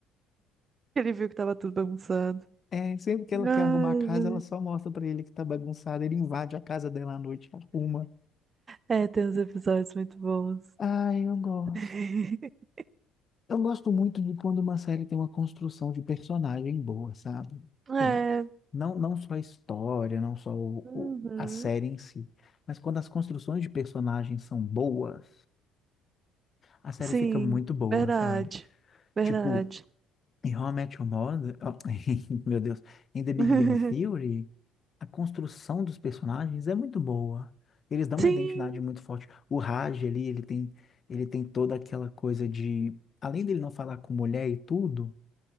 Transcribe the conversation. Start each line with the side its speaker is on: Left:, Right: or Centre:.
Right: Ele viu que tava tudo bagunçado.
Left: É, sempre que ela quer
Right: Ai,
Left: arrumar a casa,
Right: velho.
Left: ela só mostra pra ele que tá bagunçada. Ele invade a casa dela à noite, arruma.
Right: É, tem uns episódios muito bons.
Left: Ai, eu gosto.
Right: <laughs>
Left: Eu gosto muito de quando uma série tem uma construção de personagem boa, sabe?
Right: É,
Left: Eu- não, não só a história, não só o-
Right: uhum.
Left: o- a série em si, mas quando as construções de personagens são boas, a série
Right: Sim,
Left: fica muito boa,
Right: verdade.
Left: sabe?
Right: Verdade.
Left: Tipo, em How I Met Your Mother, ó, <laughs> meu Deus, em The Big
Right: <laughs>
Left: Bang Theory, a construção dos personagens é muito boa. Eles dão uma
Right: Sim,
Left: identidade muito forte. O Raj ali, ele tem, ele tem toda aquela coisa de, além dele não falar com mulher e tudo,